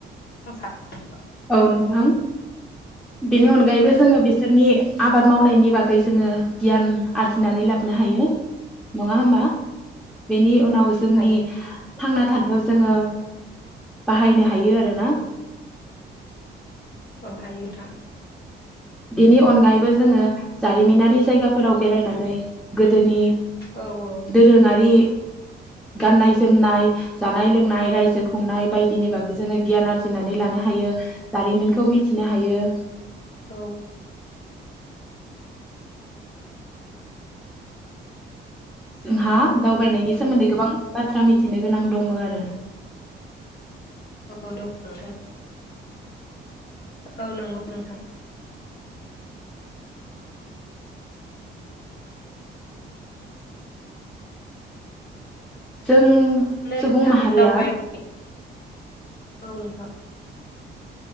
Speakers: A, on the left; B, in the centre.
A: सानो
B: औ नोंथां। बेनि अनगायैबो जोङो बिसोरनि आबाद मावनायनि नि बागै जोङो गियान आरजिनानै लाबोनो हायो नङा होमबा? बेनि उनाव जोंनि
A: हायो
B: थांना थानाय बेयाव जोङो बाहायनो हायो आरोना?
A: औ हायो नोंथां।
B: बेनि अनगायैबो जोङो जारिमिनारि जायगाफोराव बेरायनानै गोदोनि
A: औ औ
B: दोरोङारि गाननाय जोमनाय जानाय लोंनाय
A: औ
B: रायजो खुंनाय बायदि दिनि बा जोङो गियान आरजिनानै
A: औ
B: लानो हायो जारिमिनखौ मिथिनो हायो।
A: औ
B: जोंहा दावबायनायनि सोमोन्दै गोबां बाथ्रा मिथिनो गोनां दङ आरो
A: औ दङ नोंथां औ नंगौ नोंथां
B: जों
A: नोंथां
B: सुबुं माहारिया
A: दावबायनाय औ नोंथां